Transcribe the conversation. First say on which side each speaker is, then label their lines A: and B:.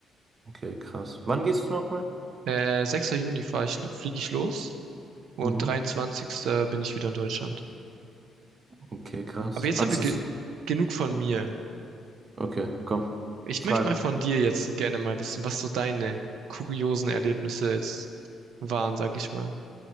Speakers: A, on the right; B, on the right.
A: Okay, krass. Wann gehst du nochmal?
B: Äh, 6. Juni fahre ich, fliege ich los und
A: Mhm.
B: 23. bin ich wieder in Deutschland.
A: Okay, krass.
B: Aber jetzt
A: Hat's
B: haben wir
A: dir
B: ge
A: so?
B: genug von mir.
A: Okay, komm.
B: Ich
A: Frag.
B: möchte mal von dir jetzt gerne mal wissen, was so deine kuriosen Erlebnisse jetzt waren, sag ich mal.